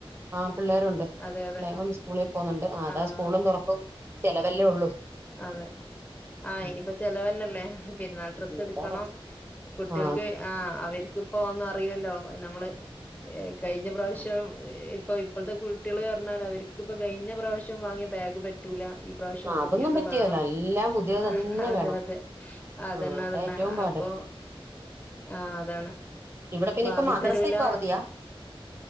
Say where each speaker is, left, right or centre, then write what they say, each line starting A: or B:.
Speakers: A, on the right (about 25°); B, on the left (about 15°).
A: ആഹ് പിള്ളേരുണ്ട്
B: അതെ അതെ
A: ലെ സ്കൂളിൽ പോകുന്നുണ്ട് അതാ
B: ആഹ്
A: സ്കൂളും തുറക്കും. ചെലവല്ലേ ഉള്ളൂ.
B: അതെ. ആഹ്
A: ഉം
B: ഇനിയിപ്പ ചെലവന്നെല്ലേ പെരുന്നാൾ ഡ്രസ്സ് എടുക്കണം.
A: അതാ പറഞ്ഞെ
B: കുട്ടികൾക്ക്
A: ആ
B: ആഹ് അവർക്കിപ്പോ ഒന്നും അറില്ലല്ലോ നമ്മള് ഏഹ് കഴിഞ്ഞ പ്രാവശ്യം
A: ആ
B: ഇപ്പോ ഇപ്പോഴത്തെ കുട്ടികൾ പറഞ്ഞാൽ അവർക്കിപ്പോ കഴിഞ്ഞ പ്രാവശ്യം വാങ്ങിയ ബാഗ് പറ്റ് റ്റൂല ഈ പ്രാവശ്യം
A: ആ
B: പുതിയത്
A: അതൊന്നും പറ്റിയേല
B: വേണം
A: എല്ലാം പുതിയത് തന്നെ
B: ആഹ് അതെ
A: വേണം
B: അതെ അ അതന്നെ
A: ആ അതാ
B: അതന്നെ
A: ഏറ്റവും പാട്
B: അപ്പൊ ആഹ് അതാണ്
A: ഇവിടെ പിന്നെ
B: വാങ്ങി
A: ഇപ്പ മദ്രസ
B: തരൂല
A: ഇപ്പൊ അവധിയാ